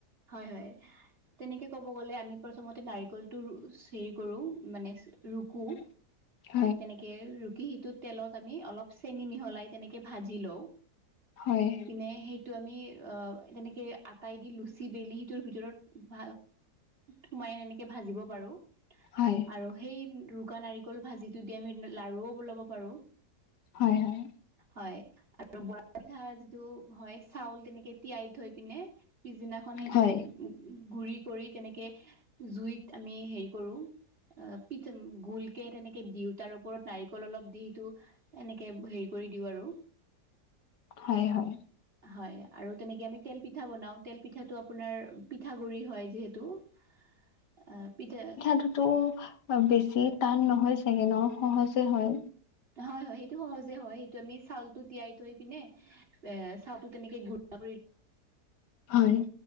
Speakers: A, on the right; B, on the left.
A: হয় হয় তেনেকৈ ক'ব গ'লে আমি প্ৰথমতে নাৰিকলটো চিৰি কৰোঁ মানে ৰুকোঁ
B: <inaudible>
A: তেনেকে ৰুকি সিটোত তেলত আমি অলপ চেনি মিহলাই তেনেকে ভাজি লও
B: হয়
A: নে সেইটো আমি অ তেনেকে আটাই দি লো চি বেলি সিটোৰ ভিতৰত ভ সুমাই এনেকে ভাজিব পাৰো।
B: হয়
A: আৰু সেই ৰুকা নাৰিকল ভাজিটো দি আমি লাৰুও বলাব পাৰো
B: হয় হয়
A: হয় আৰু বৰা পিঠা যিটো হয় চাউল তেনেকে তিয়াই থৈ পিনে পিছদিনা সেইটো
B: হয়
A: গুৰি কৰি তেনেকে জুইত আমি হেৰি কৰো অ পিঠম গোল তেনেকে দিওঁ তাৰ ওপৰত নাৰিকল অলপ দি সিটো এনেকে হেৰি কৰি দিও আৰু
B: <inaudible> হয় হয়
A: হয় আৰু তেনেকে আমি তেল পিঠা বনাও তেল পিঠাটো আপোনাৰ পিঠাগুৰি হয় যিহেতু এ পিঠা
B: ঠাতো বেছি টান নহয় চাগে ন সহজে হয়
A: হয় হয় সেইটো সহজে হয় সেইটো আমি চাউলটো তিয়াই থৈ পিনে এ চাউলটো তেনেকে গুড়া
B: হয়